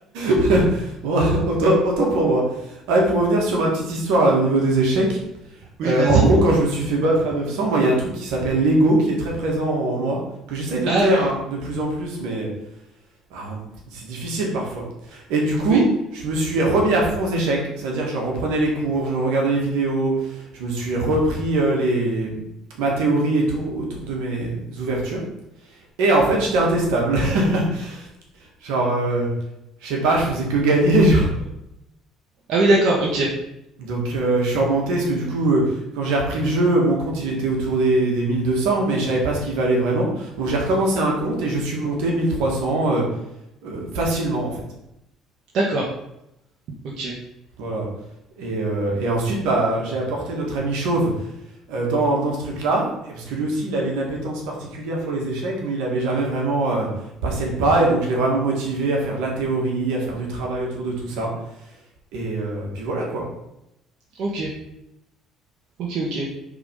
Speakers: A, on the right; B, on the right.
A: <laughs> bon, autant, autant pour moi. Ah, et pour revenir sur ma petite histoire là, au niveau des échecs,
B: Oui,
A: euh,
B: vas-y.
A: en gros, quand je me suis fait battre à 900, moi il y a un truc qui s'appelle l'ego qui est très présent en moi, que j'essaye de
B: Ah
A: taire
B: oui,
A: hein, de plus en plus, mais bah, c'est difficile parfois. Et du coup,
B: oui.
A: je me suis remis à fond aux échecs, c'est-à-dire je reprenais les cours, je regardais les vidéos, je me suis repris euh, les... ma théorie et tout autour de mes ouvertures. Et en fait, j'étais intestable. <laughs> genre, euh, je sais pas, je faisais que gagner. <laughs> genre.
B: Ah oui, d'accord, ok.
A: Donc, euh, je suis remonté parce que du coup, euh, quand j'ai repris le jeu, mon compte il était autour des, des 1200, mais je savais pas ce qu'il valait vraiment. Donc, j'ai recommencé un compte et je suis monté 1300 euh, euh, facilement en fait.
B: D'accord, ok.
A: Voilà. Et, euh, et ensuite, bah, j'ai apporté notre ami Chauve euh, dans, dans ce truc-là, et- parce que lui aussi, il avait une appétence particulière pour les échecs, mais il n'avait jamais vraiment euh, passé le pas, et donc je l'ai vraiment motivé à faire de la théorie, à faire du travail autour de tout ça. Et euh, puis voilà, quoi.
B: Ok, ok, ok.